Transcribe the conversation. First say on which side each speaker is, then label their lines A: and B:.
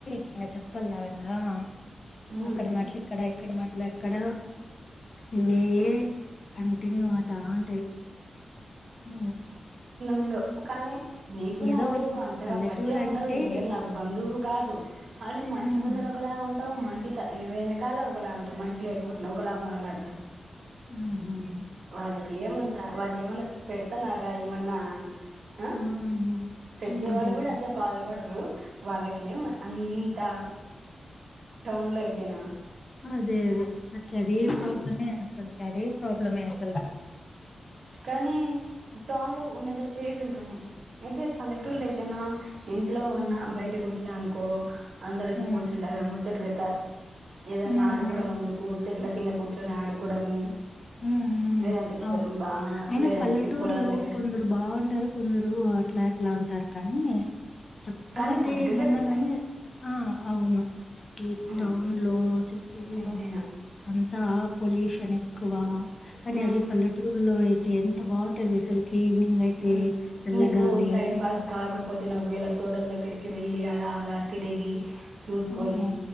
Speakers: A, on the left; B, on the right.
A: <unintelligible>
B: హ్మ్
A: ఇక్కడ మాటలు అక్కడ ఇవే కంటిన్యూ అయి దా ఉంటాయి ఉ
B: ఉండవు కానీ నీకు
A: ఏదో
B: నాకు
A: ఇంగ
B: అంతగా
A: పల్లెటూరు
B: పరిచయం
A: అంటే
B: ఉండదు నువ్వేం నాకు బంధువు కాదు కానీ మనిషి
A: ఉమ్
B: ముందర ఒకలాగా ఉంటావు మనిషి చిత వెనకాల ఒకలాగా ఉంటరు మంచి లేకపో ఒకలాగా మాట్లాడతారు
A: హు హుం
B: వాళ్ళకి ఏమంటా వాళ్ళు ఏమన్న పెడతన్నారా ఏమన్నా ఆ
A: ఉహు
B: పెట్టే వాళ్ళు
A: అదే
B: కూడా
A: కదా
B: అంత బాధపడ. రు వాళ్ళకే అంత టౌన్ లో అయితేనా
A: అదే అదే అక అదే
B: ఆ
A: ప్రాబ్లమే అసలు కదే ప్రాబ్లమే అసలు
B: కానీ టౌన్ లో ఉన్నంతసేపు ఇంట్లోనే అయితే పల్లెటూర్లో అయితేనా. ఇంట్లో ఉన్న
A: ఉమ్
B: బయట కూర్చునామ్ అనుకో అందరు వచ్చి
A: ఉమ్
B: కూర్చుంటా రము ముచ్చట్లు పెడ్తార్ ఏదన్నా
A: ఉమ్
B: ఆడుకోవడం
A: ఉమ్
B: అందుకు చెట్ల కింద కూర్చొని ఆడుకోవడము.
A: ఉమ్ ఉమ్
B: లేదంటే కుదర
A: అవును
B: బా
A: అయినా
B: లేదంటే
A: పల్లెటూరులో
B: పొలాల దగ్గరికి
A: కొందరు బాగుంటారు కొందరు అట్లా అట్లా టారు కానీ చెప్పాలంటే
B: కానీ పల్లెటూరే
A: ఏమన్నా
B: బెటర్
A: కాని ఆ అవును ఈ
B: ఉమ్
A: టౌన్ లో, సిటీ
B: ఎంతైనా
A: లో అంతా. పొల్యూషన్ ఎక్కువ కానీ
B: ఉమ్
A: అదే పల్లెటూరులో అయితే ఎంత బాగుంటది, అసలుకి ఈవినింగ్ అయితే
B: ఉమ్
A: చల్లగాలి.
B: నీకు టైం
A: అసలుకు.
B: పాస్ కాకపోతేనో ఒకవేళ తోటల దగ్గరికి వెళ్ళి అలా అలా తిరిగి చూసుకొని
A: హ్మ్.